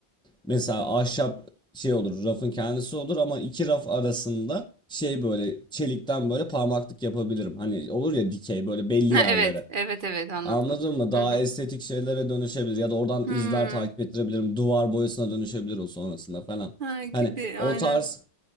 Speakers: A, in the centre; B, on the right.
A: Mesela ahşap şey olur, rafın kendisi olur ama iki raf arasında şey böyle çelikten böyle parmaklık yapabilirim. Hani olur ya dikey böyle belli
B: Ha,
A: yerlere.
B: evet evet evet anladım.
A: Anladın mı? Daha
B: Hı hı.
A: estetik şeylere dönüşebilir ya da oradan
B: Hmm.
A: izler takip ettirebilirim. Duvar boyasına dönüşebilir o sonrasında falan.
B: Ha gibi
A: Hani o
B: aynen.
A: tarz